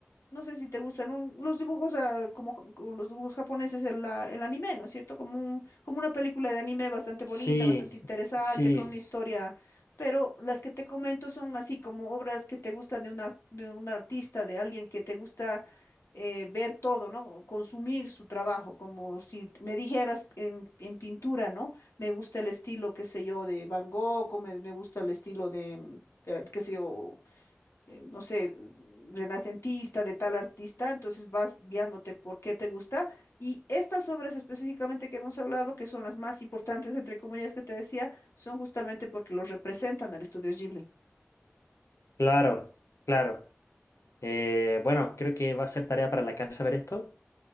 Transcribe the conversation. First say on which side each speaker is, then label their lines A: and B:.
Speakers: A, on the left; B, on the left.
A: no sé si te gustan un- los dibujos, ah, como, ja- como los dibujos japoneses, el, ah, el anime, ¿no es cierto? Como, un- como una película de anime bastante bonita,
B: sí,
A: bastante interesante,
B: sí,
A: con una historia, pero las que te comento son así como obras que te gustan de una, de un artista, de alguien que te gusta eh, ver todo, ¿no? O Consumir su trabajo, como si t- me dijeras en, en pintura, ¿no? Me gusta el estilo, qué sé yo, de Van Gogh, o me, me gusta el estilo de, mm, de, qué sé yo, eh, no sé, renacentista de tal artista, entonces vas guiándote por qué te gusta. Y estas obras específicamente que hemos hablado, que son las más importantes, entre comillas, que te decía, son justamente porque los representan al estudio Ghibli.
B: claro, claro. Eh, bueno, creo que va a ser tarea para la casa ver esto.